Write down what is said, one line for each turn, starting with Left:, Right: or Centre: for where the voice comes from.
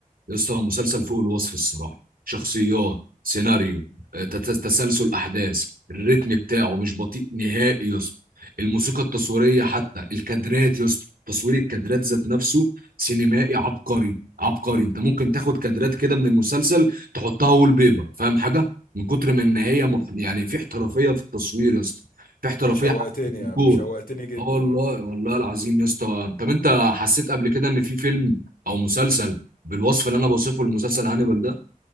Right: يا اسطى هو مسلسل فوق الوصف الصراحه شخصيات سيناريو
Left: انا
Right: آه، تت- تسلسل احداث الريتم بتاعه مش بطيء نهائي يا اسطى الموسيقى التصويريه حتى الكادرات يا اسطى تصوير الكادرات ذات نفسه سينمائي عبقري عبقري انت ممكن تاخد كادرات كده من المسلسل تحطها وول بيبر فاهم حاجه من كتر ما ان هي مح- يعني في احترافيه في التصوير يا اسطى في احترافيه
Left: انت شوقتني
Right: حتى في الديكور
Left: يا عم شوقتني جدا
Right: اه والله والله العظيم يا اسطى طب انت حسيت قبل كده ان في فيلم او مسلسل بالوصف اللي انا بوصفه المسلسل هانيبال ده